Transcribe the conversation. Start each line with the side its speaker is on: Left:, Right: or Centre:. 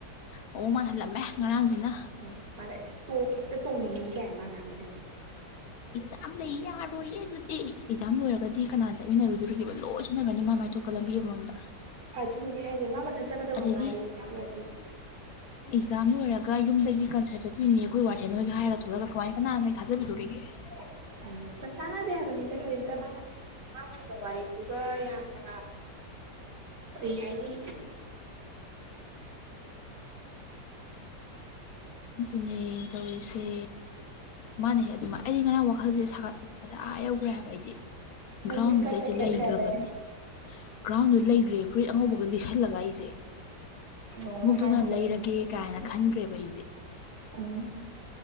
Left: ꯑꯣ ꯃꯥ ꯍꯜꯂꯝꯃꯦ ꯉꯔꯥꯡꯖꯤꯅ
Right: ꯎꯝ ꯃꯥꯂꯛꯑꯦ ꯆꯣꯛ ꯑꯝꯇ ꯆꯣꯛꯅꯤꯡꯉꯤ ꯀꯥꯏꯅ ꯃꯥꯉꯥꯡꯏꯗꯨ
Left: ꯑꯦꯛꯖꯥꯝ ꯂꯩ ꯌꯥꯔꯣꯏꯌꯦ ꯑꯗꯨꯗꯤ ꯑꯦꯛꯖꯥꯝ ꯂꯣꯏꯔꯒꯗꯤ ꯀꯅꯥ ꯆꯠꯃꯤꯟꯅꯔꯨꯗꯣꯔꯤꯒꯦꯕ ꯂꯣꯏ ꯁꯤꯟꯅꯒ꯭ꯔꯅꯤ ꯃꯥ ꯃꯥꯏꯊꯣꯛ ꯄ ꯂꯝꯕꯤ ꯑꯃꯃꯝꯗ
Right: ꯑꯗꯨꯅꯦ ꯍꯥꯏꯁꯦ ꯃꯥ ꯃꯊꯟ ꯆꯠꯀꯗꯕ
Left: ꯑꯗꯒꯤ
Right: ꯃꯉꯥꯏꯔꯦ ꯑꯦꯛꯖꯥꯝ ꯂꯣꯏꯔꯗꯤ
Left: ꯑꯦꯛꯖꯥꯝ ꯂꯣꯏꯔꯒ ꯌꯨꯝꯗꯒꯤ ꯀꯟꯁꯔꯠ ꯆꯠꯇꯣꯏꯅꯤ ꯑꯩꯈꯣꯏ ꯋꯥꯔꯗꯦꯟ ꯍꯣꯏꯒ ꯍꯥꯏꯔ ꯑꯗꯨ ꯀꯃꯥꯏ ꯀꯅꯥꯅ ꯅꯣꯏ ꯊꯖꯕꯤꯗꯣꯔꯤꯒꯦ
Right: <unintelligible> ꯇ ꯆꯥꯅꯗꯦ ꯌꯥꯕꯅꯤꯗ ꯀꯔꯤꯝꯇ ꯃꯥꯅ ꯉꯥꯎꯔꯤꯕ ꯋꯥꯔꯤꯗꯨꯨꯒ ꯌꯥꯝꯅ ꯀꯩ ꯍꯥꯏꯅꯤ
Left: <inaudible> ꯑꯗꯨꯅꯦ ꯇꯧꯋꯤꯁꯦ ꯃꯥꯥꯅ ꯍꯦꯛ ꯑꯗꯨꯃꯥꯏ ꯑꯩ ꯉꯔꯥꯡ ꯋꯥꯈꯜꯁꯦ ꯁꯥꯒꯠꯄꯗ ꯑꯥ ꯌꯧꯈ꯭ꯔꯦ ꯍꯥꯏꯕ ꯑꯩꯗꯤ
Right: ꯅꯪꯗꯤ
Left: ꯒ꯭ꯔꯥꯎꯟ
Right: ꯏꯁꯀꯔꯠꯀ
Left: ꯂꯩꯖꯦ
Right: ꯁꯦꯠꯈ꯭ꯔꯦ
Left: ꯂꯩꯒ꯭ꯔꯕꯅꯦ
Right: ꯍꯥꯏꯗꯥꯏꯅꯦ
Left: ꯒ꯭ꯔꯥꯎꯟꯗ ꯂꯩꯒ꯭ꯔꯦ ꯐꯔꯤꯠ ꯑꯉꯧꯕꯒ ꯂꯤꯁꯜꯂꯒ ꯑꯩꯖꯦ
Right: ꯏꯉꯣ
Left: ꯈꯣꯡꯎꯞꯇꯨꯅ
Right: ꯅꯍꯥꯟꯒꯤꯗꯣ
Left: ꯂꯩꯔꯒꯦ ꯀꯥꯏꯅ ꯈꯟꯒ꯭ꯔꯦꯕ ꯑꯩꯖꯦ
Right: ꯎꯝ